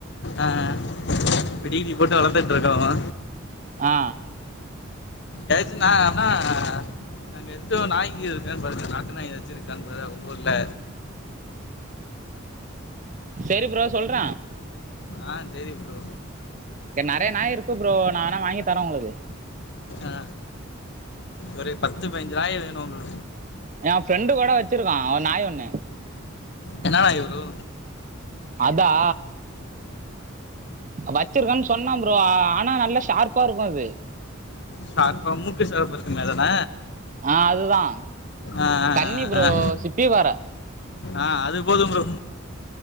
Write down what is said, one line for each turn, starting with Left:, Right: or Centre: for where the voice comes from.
Left: அ அ இப்ப தீனீ போட்டு வளத்து இருக்கோமா
Right: அ
Left: ஏதாச்சு நா ஆனா நாங்க <unintelligible> நாயி இருக்கான்னு பாரு நாட்டு நாய் வச்சிருக்கா பாரு உங்க ஊர்ல
Right: செரி ப்ரோ சொல்ற
Left: அ சரி ப்ரோ
Right: இங்க நெறைய நாய் இருக்கு ப்ரோ நா வேனா வாங்கி தாரே உங்களுக்கு
Left: அ ஒரு பத்து பதி்னைஞ்சு நாய் வேணு ப்ரோ
Right: எ ஃப்ரெண்டு கூட வச்சிருக்கா ஒரு நாய் ஒண்ணு
Left: என்ன நாய் ப்ரோ
Right: அதா வச்சிருக்கான்னு சொன்னா ப்ரோ ஆனா நல்லா ஷார்ப்பா இருக்கு அது
Left: ஷார்ப்பா மூக்கு ஷார்ப்பா இருக்குமே அதான
Right: ஆ அதுதா
Left: அ
Right: கன்னி ப்ரோ
Left: அ அ
Right: சிப்பி வேற
Left: அ அது போதும் புரோ